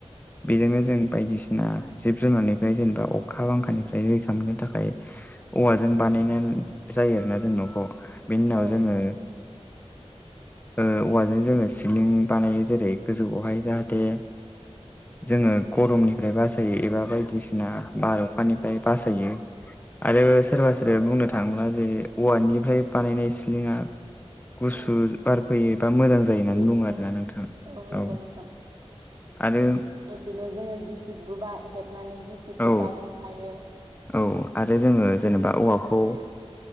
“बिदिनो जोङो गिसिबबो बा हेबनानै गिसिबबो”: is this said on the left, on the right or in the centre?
Right